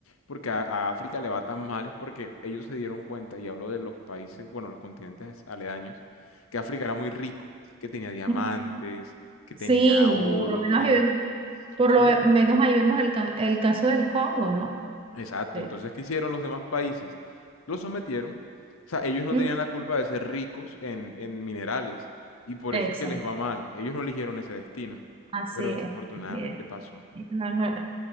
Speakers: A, on the left; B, on the right.
A: porque a, a África le va tan mal es porque ellos se dieron cuenta, y hablo de los países, bueno, los continentes aledaños, que África era muy rico, que tenía diamantes,
B: ujú, ujú.
A: que tenía
B: Sí,
A: oro,
B: por lo menos
A: que tenía
B: ahí, ve-
A: cosas.
B: por
A: Entonces,
B: lo ve- menos ahí vemos el, ca- el caso del Congo, ¿no?
A: Exacto,
B: Sí.
A: entonces, ¿qué hicieron los demás países? Los sometieron, o sea, ellos no
B: ujú,
A: tenían la culpa de ser ricos en, en minerales y por
B: Exacto.
A: eso es que les va mal, ellos no eligieron ese destino,
B: Así
A: pero
B: es,
A: desafortunadamente
B: así es.
A: pasó.
B: no, no,